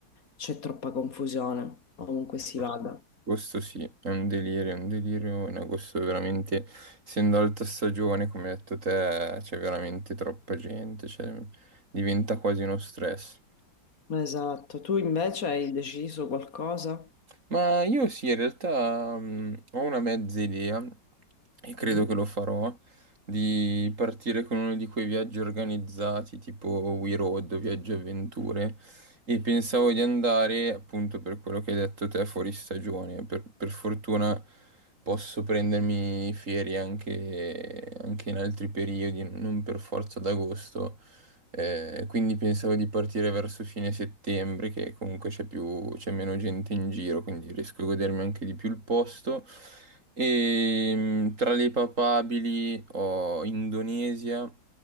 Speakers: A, on the left; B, on the right.
A: c'è troppa confusione, ovunque si
B: Agosto
A: vada.
B: Agosto sì, è un delirio, è un delirio. In agosto è veramente, essendo alta stagione, come hai detto te, c'è veramente troppa gente, cioè, diventa quasi uno stress.
A: Esatto, tu invece hai deciso qualcosa?
B: Ma io sì, in realtà mh, ho una mezza idea e credo
A: Mhm.
B: che lo farò di partire con uno di quei viaggi organizzati tipo We Road o Viaggi e Avventure e pensavo di andare appunto per quello che hai detto te fuori stagione. Per, per fortuna posso prendermi ferie anche, anche in altri periodi, non per forza ad agosto. Eh, quindi pensavo di partire verso fine settembre, che comunque c'è più, c'è meno gente in giro, quindi riesco a godermi anche di più il posto. E mm, tra le papabili ho Indonesia